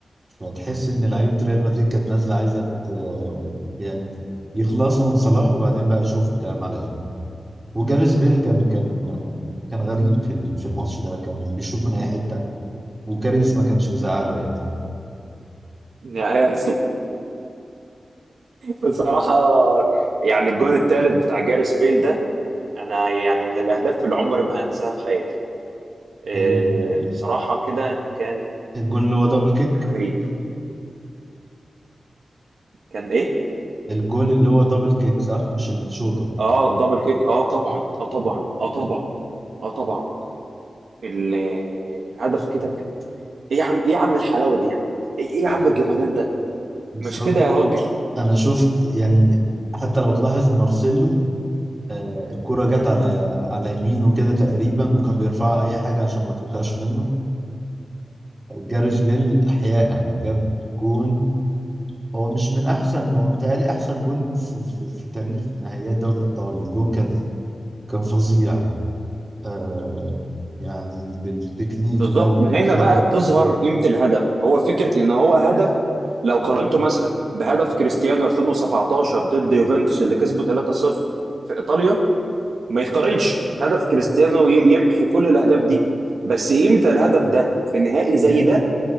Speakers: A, on the right (about 25°); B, on the right (about 80°).
A: فتحس إن لعيبة ريال مدريد كانت نازلة عايزة ت- يعني يخلصوا من صلاح وبعدين بقى يشوفوا الكلام على إيه وجاريث بيل كان كان كان غريب في ال- في الماتش ده كان بيشوط من اي حته وكاريس ما كانش بيزعله يعني
B: يعني بصراحه يعني الجون الثالث بتاع جاريس بيل ده انا يعني من الاهداف اللي عمري ما هنساها في حياتي آه،
A: ال-
B: بصراحه كده كان
A: الجون اللي هو دبل كيك
B: كان غريب كان ايه
A: الجون اللي هو دبل كيك صح مش الشوطه
B: اه الدبل كيك اه طبعا اه طبعا اه طبعا اه طبعا ال- الهدف كده كان ايه يا عم ايه يا عم الحلاوه دي يا عم ايه إيه يا عم الجمدان ده
A: بالظبط
B: مش كده يا راجل
A: انا شفت يعني حتى لو تلاحظ مارسيلو آه، الكرة جت على على يمينه كده تقريبا وكان بيرفعها اي حاجه عشان ما تقطعش منه جاريث بيل احياها وجاب جون هو مش من احسن هو متهيألي احسن جون في, في, في تاريخ نهائيات دوري الابطال الجون كان كان فظيع آه يعني بالتكنيك
B: بالظبط
A: ده وبالشكل
B: ما هنا بقى
A: ده
B: تظهر قيمه الهدف هو فكره ان هو هدف لو قارنته مثلا بهدف كريستيانو 2017 ضد يوفنتوس اللي كسبه 3-0 في ايطاليا ما يتقارنش هدف كريستيانو ي- يمحي كل الاهداف دي بس قيمه الهدف ده في نهائي زي ده